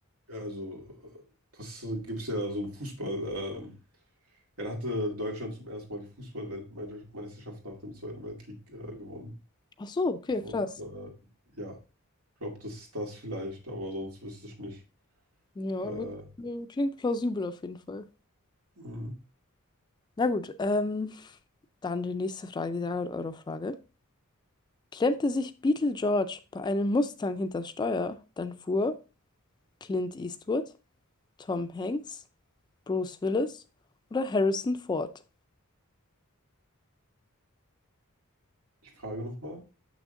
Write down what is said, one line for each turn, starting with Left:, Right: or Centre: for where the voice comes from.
Right: Ja, also äh, das gibt es ja so ein Fußball. ähm, ja, da hatte Deutschland zum ersten Mal die Fußballweltmeisterschaft nach dem Zweiten Weltkrieg äh, gewonnen.
Left: Ach so, okay,
Right: Und
Left: krass.
Right: äh, ja, ich glaube, das ist das vielleicht, aber sonst wüsste ich nicht.
Left: Ja,
Right: Äh,
Left: wird- äh, klingt plausibel auf jeden Fall.
Right: mh.
Left: Na gut, ähm, dann die nächste Frage, die 300-Euro-Frage. Klemmte sich Beetle George bei einem Mustang hinters Steuer, dann fuhr Clint Eastwood, Tom Hanks, Bruce Willis oder Harrison Ford.
Right: Ich frage nochmal.